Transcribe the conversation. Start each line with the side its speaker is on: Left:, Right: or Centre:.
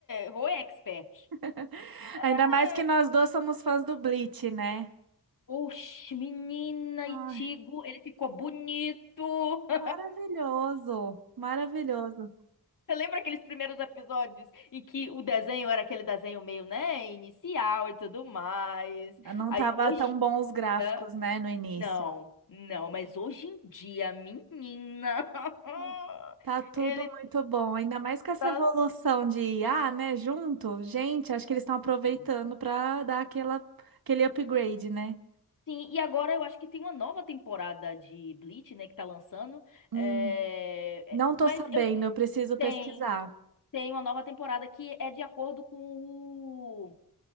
Left: Rô é expert.
Right: <laughs>
Left: É.
Right: Ainda mais que nós dois somos fãs do Bleach, né?
Left: Oxe, menina,
Right: Ai,
Left: Itigo, ele ficou bonito. <laughs>
Right: maravilhoso, maravilhoso.
Left: Você lembra aqueles primeiros episódios em que o desenho era aquele desenho meio, né, inicial e tudo mais?
Right: Não
Left: Aí
Right: tava
Left: hoje
Right: tão bom os gráficos,
Left: em dia,
Right: né, no início.
Left: não, não, mas hoje em dia, menina, <laughs>
Right: Não. Tá tudo
Left: ele
Right: muito bom, ainda mais com essa
Left: tá
Right: evolução de IA, né, junto. Gente, acho que eles estão aproveitando
Left: assim.
Right: para dar aquela, aquele upgrade, né?
Left: Sim, e agora eu acho que tem uma nova temporada de Bleach, né, que tá lançando.
Right: Hum,
Left: É,
Right: não
Left: é,
Right: tô
Left: Mas
Right: sabendo,
Left: eu
Right: eu preciso
Left: tem,
Right: pesquisar.
Left: tem uma nova temporada que é de acordo com o